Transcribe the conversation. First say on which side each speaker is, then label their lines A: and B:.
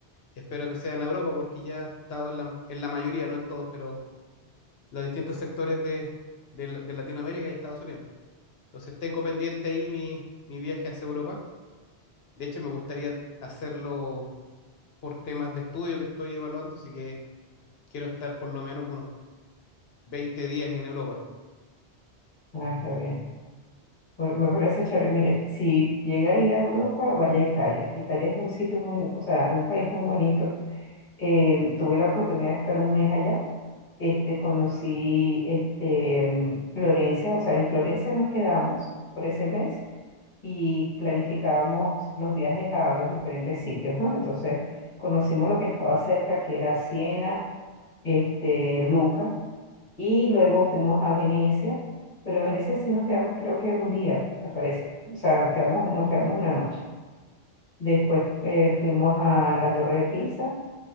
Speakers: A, on the left (about 65°); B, on the left (about 45°).
A: espero que sean a Europa, porque ya he estado en la, en la mayoría, no en todos, pero los distintos sectores de, de la- de Latinoamérica y Estados Unidos. Entonces tengo pendiente ahí mi, mi viaje hacia Europa. De hecho, me gustaría hacerlo por temas de estudio que estoy evaluando, así que quiero estar por lo menos unos 20 días en Europa.
B: Ah, está bien. Pues, Me parece chévere. Mire, si llega a ir a Europa, vaya a Italia. Italia es un sitio muy, o sea, un país muy bonito eh, tuve la oportunidad de estar un mes allá. Este, conocí este, mm, Florencia, o sea, en Florencia nos quedamos por ese mes y planificábamos los viajes a los diferentes sitios, ¿no? Entonces, conocimos lo que estaba cerca, que era Siena, este, Luca, y luego fuimos a Venecia, pero en Venecia sí nos quedamos creo que un día, me parece, o sea, quedamos, nos quedamos una noche. Después eh, fuimos a la Torre de Pisa